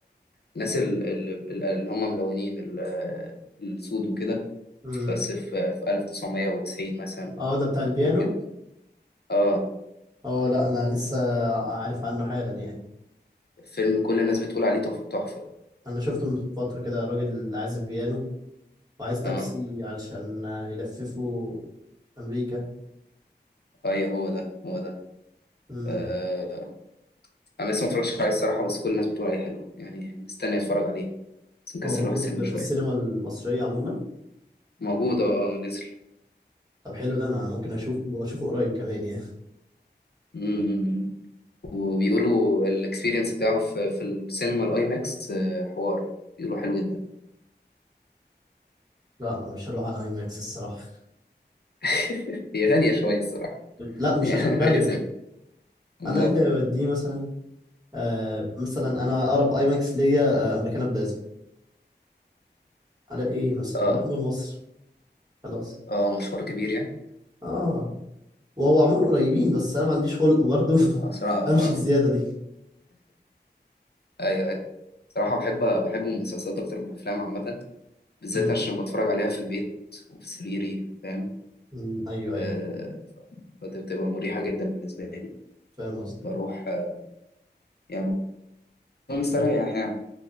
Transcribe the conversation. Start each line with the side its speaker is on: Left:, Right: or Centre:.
Left: الناس ال- ال- ال- اللي هم ملونين ال- السود وكده
Right: امم
Left: بس في في 1990 مثلا
Right: اه ده بتاع البيانو
Left: كده اه
Right: اه لا انا لسه عارف عنه حالا يعني
Left: فيلم كل الناس بتقول عليه تحفة تحفة
Right: انا شفته من فترة كده راجل عازف بيانو وعايز تاكسي
Left: اه
Right: علشان يلففه امريكا
Left: ايوه هو ده هو ده
Right: امم
Left: آه. انا لسه ما اتفرجتش عليه الصراحة بس كل الناس بتقول عليه حلو يعني مستني اتفرج عليه بس مكسل
Right: هو موجود
Left: اروح السينما
Right: في
Left: شوية
Right: السينما المصرية عموما
Left: موجود اه نزل
Right: طب حلو ده انا ممكن اشوفه واشوفه قريب كمان يعني
Left: معانا وبيقولوا الاكسبيرينس بتاعه في في السينما الاي ماكس آه، حوار بيقولوا حلو جدا
Right: لا مش هروح على اي ماكس الصراحة
Left: <laughs> هي غالية شوية الصراحة
Right: لا مش
Left: <laughs>
Right: عشان غالية
Left: غالية سنة أمال
Right: انا إيه اللي هيوديه مثلا آه مثلا انا اقرب اي ماكس ليا آه امريكانا بلازا على ايه مثلا
Left: اه
Right: واروح مول مصر خلاص
Left: اه مشوار كبير يعني
Right: اه وهو عموما قريبين بس انا ما عنديش خلق برضه
Left: اه
Right: <laughs>
Left: صراحة اه
Right: امشي
Left: آه.
Right: الزياده دي
Left: ايوه ايوه صراحة بحب بحب المسلسلات أكتر من الأفلام عامة بالذات
Right: مم.
Left: عشان بتفرج عليها في البيت وفي سريري فاهم
Right: مم. ايوه
Left: آه
Right: ايوه
Left: فدي بتبقى مريحة جدا بالنسبة لي
Right: فاهم قصدك
Left: بروح آه يعني بكون مستريح
Right: مم.
Left: يعني